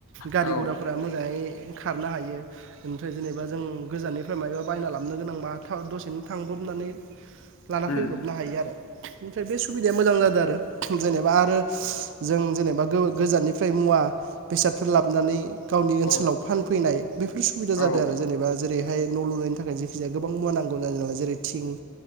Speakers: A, on the right; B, on the left.
A: गारि
B: औ
A: गुराफोरा मोजाङै खारनो हायो ओमफ्राय जेनेबा जों गोजाननिफ्राय मायबा बायना लाबोनो गोनां बा थाब दसेनो लाब्रबनानै लाना
B: उम
A: फैब्रनो हायो आरो ओमफ्राय बे सुबिदाया मोजां जादों आरो जेने बा आरो जों जेनेबा गोजाननिफ्राय मुवा बेसादफोर लाबोनानै गावनि
B: औ
A: ओनसोलाव फानफैनाय बेफोर सुबिदा
B: औ
A: जादों आरो जेनेबा जेरैहाय न' लुनायनि थाखाय जेखिजाया गोबां मुवा नांगौ <unintelligible> जेरै थिं